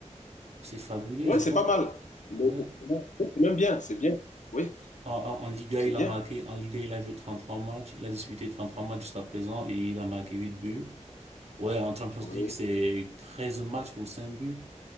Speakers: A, on the right; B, on the left.
A: C'est fabuleux,
B: Oui,
A: je
B: c'est
A: pense.
B: pas mal. Mais
A: Ouais.
B: C'est même bien, c'est bien. Oui,
A: En, en, en Liga,
B: c'est
A: il
B: bien.
A: a marqué, en Liga, il a joué 33 matchs, il a disputé 33 matchs jusqu'à présent et il a marqué 8 buts. Ouais, en Champions
B: Oui.
A: League, c'est 13 matchs pour 5 buts.